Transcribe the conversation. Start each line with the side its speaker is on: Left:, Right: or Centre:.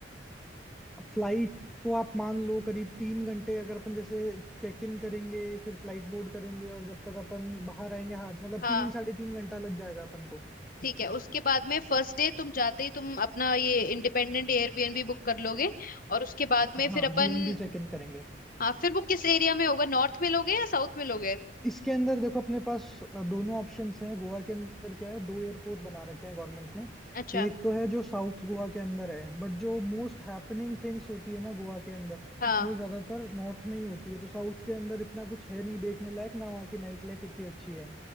Centre: फ्लाइट को आप मान लो करीब तीन घंटे अगर अपन जैसे चेक इन करेंगे फिर फ्लाइट बोर्ड करेंगे और जब तक अपन बाहर आएंगे हाँ मतलब
Left: हाँ
Centre: तीन साढ़े तीन घंटा लग जाएगा अपन को
Left: ठीक है उसके बाद में फर्स्ट डे तुम जाते ही तुम अपना ये इंडिपेंडेंट एयरबीएनबी बुक कर लोगे और उसके बाद में
Centre: हाँ
Left: फिर अपन
Centre: बीएनबी चेक इन करेंगे
Left: हाँ फिर वो किस एरिया में होगा नॉर्थ में लोगे या साउथ में लोगे
Centre: इसके अंदर देखो अपने पास अ, दोनों ऑप्शंस हैं गोवा के अंदर क्या है दो एयरपोर्ट बना रखे हैं गवर्नमेंट ने
Left: अच्छा
Centre: एक तो है जो साउथ गोवा के अंदर है बट जो मोस्ट हैपनिंग थिंग्स होती है ना गोवा के अंदर
Left: हाँ
Centre: वो ज्यादातर नॉर्थ में ही होती है तो साउथ के अंदर इतना कुछ है नहीं देखने लायक ना वहाँ की नाइट लाइफ इतनी अच्छी है